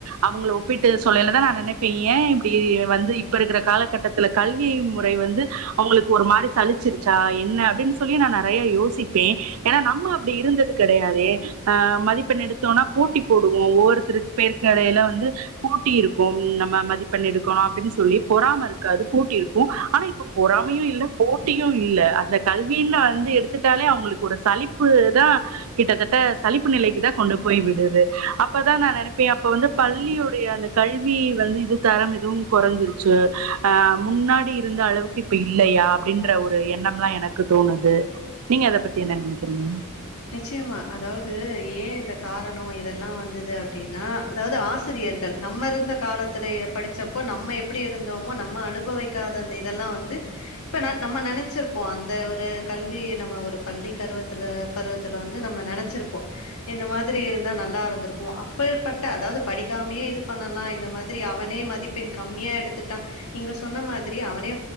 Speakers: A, on the right; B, on the left.
A: அவங்களை ஒப்பிட்டு சொல்லையில தான் நான் நெனைப்பே ஏன் இப்படி வந்து இப்ப இருக்கிற காலகட்டத்துல கல்வி முறை வந்து அவங்களுக்கு ஒரு மாதிரி சலிச்சிறிச்சா என்ன அப்படின்னு சொல்லி நான் நிறைய யோசிப்பேன் ஏன்னா நம்ம அப்படி இருந்தது கிடையாதே ஆஹ் மதிப்பெண் எடுத்தோம்னா போட்டி போடுவோ ஒவ்வொருத்தருக்கு பேர் கடைல வந்து போட்டி இருக்கு நம்ம மதிப்பண் எடுக்கணு அப்படின்னு சொல்லி பொறாமை இருக்காது போட்டி இருக்கு ஆனா இப்ப பொறாமையு இல்ல போட்டியு இல்ல அதுல கல்வின்னு வந்து எடுத்துக்கிட்டாலே அவங்களுக்கு ஒரு சலிப்பு தான் கிட்டத்தட்ட சலிப்பு நிலைக்கு தான் கொண்டு போய் விடுது அப்பதான் நான் நினைப்பேன் அப்ப வந்து பள்ளியுடைய அந்த கல்வி வந்து இது தரம் எதுவும் குறைஞ்சிறிச்சு அஹ் முன்னாடி இருந்த அளவுக்கு இப்ப இல்லையா அப்படின்ற ஒரு எண்ணம்லா எனக்கு தோணுது நீங்க அத பத்தி என்ன நினைக்கிறீங்க
B: நிச்சயமா அதாவது ஏன் இந்த காரணம் இதெல்லா வந்தது அப்படின்னா அதாவது ஆசிரியர்கள் நம்ம இருந்த காலத்துல படிச்சப்போ நம்ம எப்படி இருந்தோமோ நம்ம அனுபவிக்காத அந்த இதெல்லா வந்து இப்ப ந நம்ம நெனைச்சிருப்போம் அந்த ஒரு கல்வி நம்ம ஒரு பள்ளி கருவத்துல பருவத்துல வந்து நம்ம நெனைச்சிருப்போ இந்த மாதிரி இருந்த நல்லா இருந்துயிருக்கு அப்பேற்பட்ட அதாவது படிக்கமே இது பண்ணலா இந்த மாதிரி அவனே மதிப்பெண் கம்மியா எடுத்துட்டான் நீங்க சொன்ன மாதிரி அவனே